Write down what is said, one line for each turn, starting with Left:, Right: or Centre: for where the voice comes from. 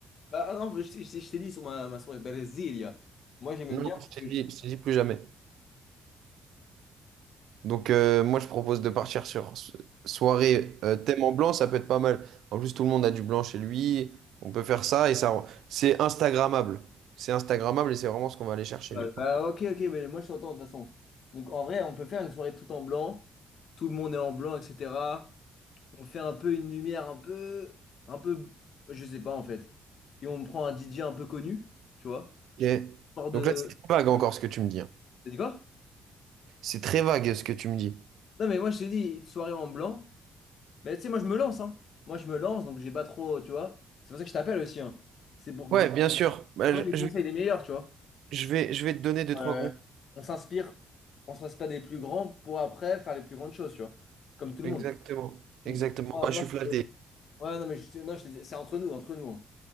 Left: Bah ah non, je, t'ai je t'ai- je t'ai dit sur ma, ma soirée Brasilia. Moi j'aimais
Right: Non,
Left: bien parce
Right: je t'ai
Left: que.
Right: dit,
Left: je-
Right: je t'ai dit plus jamais. Donc, euh, moi, je propose de partir sur so- soirée euh, thème en blanc, ça peut être pas mal. En plus, tout le monde a du blanc chez lui. On peut faire ça et ça, c'est Instagrammable. C'est Instagrammable et c'est vraiment ce qu'on va aller chercher
Left: Ah,
Right: du coup.
Left: Bah ok, ok, mais moi je t'entends de toute façon. Donc en vrai, on peut faire une soirée tout en blanc. Tout le monde est en blanc, etc. On fait un peu une lumière un peu. Un peu. Je sais pas en fait. Et on prend un DJ un peu connu, tu vois.
Right: Ok.
Left: Hors de.
Right: Donc là, c'est très vague encore ce que tu me dis. hein.
Left: T'as dit quoi?
Right: C'est très vague ce que tu me dis.
Left: Non mais moi je t'ai dit une soirée en blanc. Mais tu sais, moi je me lance, hein. Moi je me lance donc j'ai pas trop, tu vois. C'est pour ça que je t'appelle aussi, hein. C'est pour que
Right: Ouais,
Left: du coup,
Right: bien sûr. Bah, je,
Left: les
Right: je
Left: conseils
Right: vais,
Left: les meilleurs, tu vois.
Right: je vais, je vais te donner deux, trois
Left: euh,
Right: comptes.
Left: on s'inspire, on s'inspire des plus grands pour après faire les plus grandes choses, tu vois. Comme tout le
Right: Exactement.
Left: monde.
Right: Exactement.
Left: Donc, ah,
Right: Bah,
Left: moi-
Right: je suis flatté.
Left: ouais, non, mais je, non, je te dis, c'est entre nous, entre nous. hein.